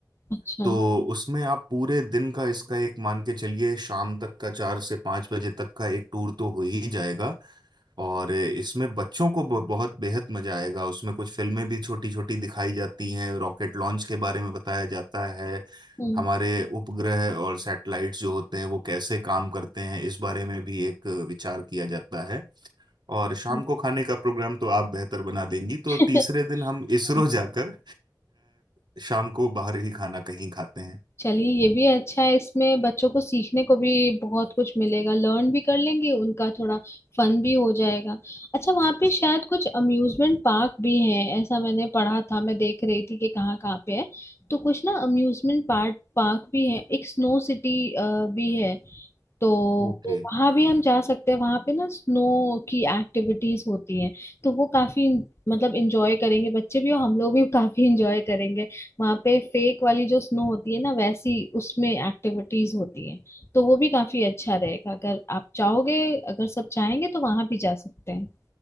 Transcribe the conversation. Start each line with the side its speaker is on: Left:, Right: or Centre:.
Left: अच्छा
Right: तो उसमें आप पूरे दिन का इसका एक मान के चलिए शाम तक का चार से पाँच बजे तक का एक टूर तो हो ही जाएगा और इसमें बच्चों को ब- बहुत बेहद मजा आएगा उसमें कुछ फिल्में भी छोटी छोटी दिखाई जाती हैं रॉकेट लॉन्च के बारे में बताया जाता है
Left: हम्म
Right: हमारे उपग्रह और सैटेलाइट्स जो होते हैं वो कैसे काम करते हैं इस बारे में भी एक विचार किया जाता है और शाम
Left: हम्म।
Right: को खाने का प्रोग्राम तो आप बेहतर बना देंगी
Left: <laughs>
Right: तो तीसरे दिन हम इसरो
Left: हम्म।
Right: जाकर अ, शाम को बाहर ही खाना कहीं खाते हैं
Left: चलिए ये भी अच्छा है इसमें बच्चों को सीखने को भी बहुत कुछ मिलेगा लर्न भी कर लेंगे उनका थोड़ा फन भी हो जाएगा अच्छा वहाँ पे शायद कुछ अम्यूजमेंट पार्क भी हैं ऐसा मैंने पढ़ा था मैं देख रही थी कि कहाँ कहाँ पे है तो कुछ ना अम्यूजमेंट पार्क पार्क भी है एक स्नो सिटी भी है तो
Right: ओके
Left: वहां भी हम जा सकते हैं वहां पे ना स्नो की एक्टिविटीज होती हैं तो वो काफी मतलब इंजॉय करेंगे बच्चे भी और हम लोग भी <laughs> काफी इंजॉय करेंगे वहां पे फेक वाली जो स्नो होती है ना वैसी उसमें एक्टिविटीज होती हैं तो वो भी काफी अच्छा रहेगा अगर आप चाहोगे अगर सब चाहेंगे तो वहां भी जा सकते हैं